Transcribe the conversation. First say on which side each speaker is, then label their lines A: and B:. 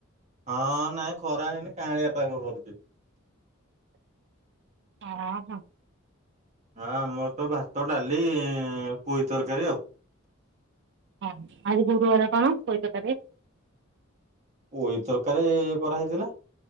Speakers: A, on the right; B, on the right.
A: ହଁ ନାଇଁ ଖରା ହେଇନି କାଁଳିଆ ପାଗ କରୁଚି।
B: ଅହୋ।
A: ହଁ ଆମର ତ ଭାତ ଡାଲି ପୋଇ ତରକାରୀ ଆଉ।
B: ହ ଆଜି ଗୁରୁବାର କଣ ପୋଇ ତରକାରୀ।
A: ପୋଇ ତରକାରୀ କରାହେଇଥିଲା।